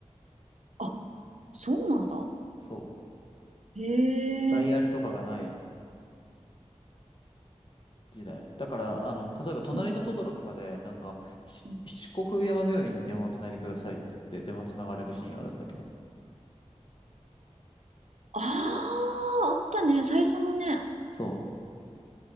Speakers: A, on the right; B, on the left.
A: あ、そうなんだ。
B: そう。
A: へ
B: ダイヤルとかがない
A: え。
B: 時代。だから、あの、例えば、隣のトトロとかで、
A: うん
B: なんか、し四国山病院に電話をつないでくださいって言って、
A: うん
B: 電話つながれるシーンあるんだけど。
A: ああ、あったね。最初のね。あ
B: そう。